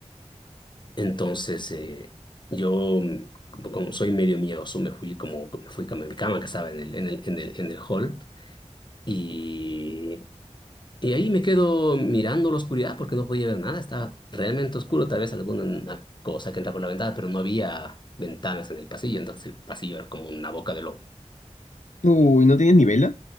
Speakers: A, on the left (about 40°); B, on the left (about 80°).
A: Entonces, eh, yo, mm, como soy medio miedoso, me fui como, me fui a mi cama que estaba en el, en el, en el, en el hall y, y ahí me quedo mirando la oscuridad porque no podía ver nada, estaba realmente oscuro, tal vez alguna una cosa que entra por la ventana, pero no había ventanas en el pasillo, entonces el pasillo era como una boca de lobo.
B: Uy, ¿no tienes ni velas?